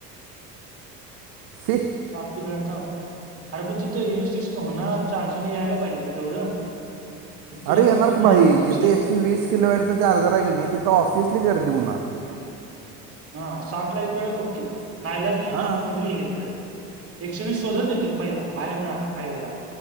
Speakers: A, on the right; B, on the right.
A: छी
B: सात किलो वॉटचा अर पण तिथं एवीस्टेशन होणार चार्जरन यायला पाहिजे रे तेवढं. इतकी जास्त
A: अरे येणार
B: कोण
A: की
B: नाही
A: भाई
B: आहेत पैसे
A: जिथे एकशे वीस किलोवॅटचा चार्जर आहे की नाही तिथं ऑफिसली गर्दी होणार.
B: हा साठला एक वेळ ओके, नायलाज म्हणून
A: हां
B: कोणतरी इलक्वेड एकशे वीस शोधत येतील पहिला बाहेर ना, हायवेला